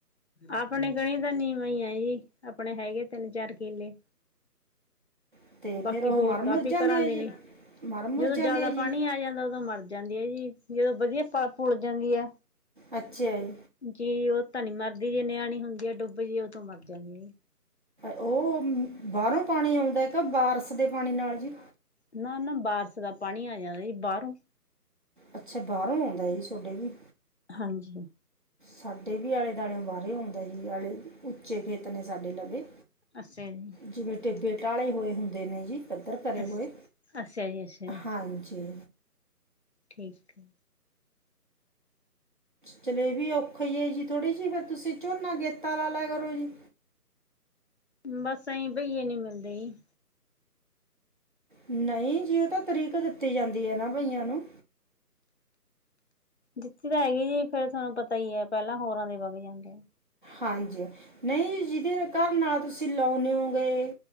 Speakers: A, on the left; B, on the right.
A: ਆਪਣੇ ਕਣੀ ਤਾਂ ਨੀਵਾਂ ਹੀ ਆ ਜੀ ਆਪਣੇ ਹੈਗੇ ਤਿੰਨ-ਚਾਰ ਕਿਲੇ
B: ਅਤੇ
A: ਬਾਕੀ
B: ਫਿਰ ਉਹ
A: ਹੋਰ
B: ਮਰ
A: ਕਾਫੀ
B: ਮੁਰ ਜਾਂਦੀ
A: ਘਰਾਂ
B: ਹੈ
A: ਦੇ
B: ਜੀ
A: ਨੇ
B: ਮਰ ਮੁਰ
A: ਜਦੋਂ
B: ਜਾਂਦੀ
A: ਜਿਆਦਾ
B: ਹੈ ਜੀ
A: ਪਾਣੀ ਆ ਜਾਂਦਾ ਉਦੋਂ ਮਰ ਜਾਂਦੀ ਆ ਜੀ ਜਦੋਂ ਵਧੀਆ ਪਲ ਪੁੱਲ ਜਾਂਦੀ ਆ
B: ਅੱਛਿਆ ਜੀ
A: ਜੀ ਉਹ ਤਾਂ ਨੀ ਮਰਦੀ ਜੇ ਨਿਆਣੀ ਹੁੰਦੀ ਆ ਡੁੱਬ ਜੇ ਉਦੋਂ ਮਰ ਜਾਂਦੀ ਆ ਜੀ
B: ਉਹ ਬਾਹਰੋਂ ਪਾਣੀ ਆਉਂਦਾ ਕੇ ਬਾਰਸ਼ ਦੇ ਪਾਣੀ ਨਾਲ ਜੀ
A: ਨਾ, ਨਾ ਬਾਰਸ਼ ਦਾ ਪਾਣੀ ਆ ਜਾਂਦਾ ਜੀ ਬਾਹਰੋਂ
B: ਅੱਛਾ ਬਾਹਰੋਂ ਆਉਂਦਾ ਜੀ ਸੋਡੇ ਵੀ
A: ਹਾਂਜੀ
B: ਸਾਡੇ ਵੀ ਆਲੇ ਦੁਆਲੇ ਓ ਬਾਹਰ ਆਉਂਦਾ ਜੀ ਆਲੇ ਉੱਚੇ ਖੇਤ ਨੇ ਸਾਡੇ ਲਵੇ
A: ਅੱਛਾ ਜੀ।
B: ਜਿਵੇਂ ਟਿੱਬੇ ਟਾਲੇ ਹੋਏ ਹੁੰਦੇ। ਦੇਣੇ ਜੀ ਪੱਧਰ ਭਰੇ
A: ਅੱਛਾ
B: ਹੋਏ,
A: ਅੱਛਾ ਜੀ ਅੱਛਾ ਜੀ
B: ਹਾਂਜੀ।
A: ਠੀਕ ਐ।
B: ਚੱਲ ਐ ਵੀ ਔਖਾ ਈ ਐ ਜੀ ਥੋੜ੍ਹੀ ਜਿਹੀ ਫਿਰ ਤੁਸੀਂ ਝੋਨਾ ਗੇਤਾ ਲਾ ਲੈ ਕਰੋ ਜੀ।
A: ਬਸ ਇਹੀ ਬਈਏ ਨੀ ਮਿਲਦੇ ਜੀ।
B: ਨਹੀਂ ਜੀ ਉਹ ਤਾਂ ਤਰੀਕ ਦਿੱਤੀ ਜਾਂਦੀ ਐ ਨਾ ਬਈਆਂ ਨੂੰ।
A: ਜਿੱਤੀ ਤਾਂ ਹੈਗੀ ਜੀ ਫੇਰ ਤੁਹਾਨੂੰ ਪਤਾ ਈ ਐ ਪਹਿਲਾਂ ਹੋਰਾਂ ਦੇ ਵਗ ਜਾਂਦੇ ਆ।
B: ਹਾਂਜੀ, ਨਹੀਂ ਜਿਹਦੇ ਘਰ ਨਾਲ ਤੁਸੀਂ ਲਾਉਂਣੇ ਹੋਗੇ।